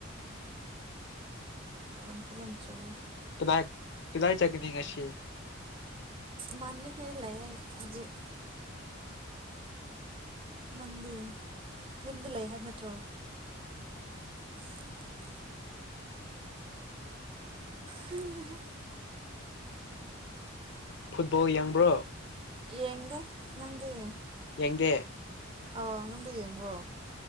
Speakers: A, on the right (about 25°); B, on the left (about 55°).
A: ꯌꯥꯝ ꯐꯖꯟ ꯆꯨꯔꯦ
B: ꯀꯗꯥꯢ ꯀꯗꯥꯏ ꯆꯀꯤꯅꯤꯡ ꯀꯁꯤ
A: ꯃꯥꯟꯅ ꯈ ꯂꯩ ꯍꯧꯖꯤꯛ ꯅꯪꯗꯤ ꯌꯨꯝꯗ ꯂꯩ ꯍꯥꯏꯕ ꯅꯠꯇ꯭ꯔꯣ ꯍ ꯍꯩꯍꯥ
B: ꯐꯨꯠꯕꯣꯜ ꯌꯦꯡꯕ꯭ꯔꯣ
A: ꯌꯦꯡꯗ ꯅꯪꯗꯤ
B: ꯗꯦ
A: ꯑꯥꯎ ꯅꯪꯗꯤ ꯌꯦꯡꯕ꯭ꯔꯣ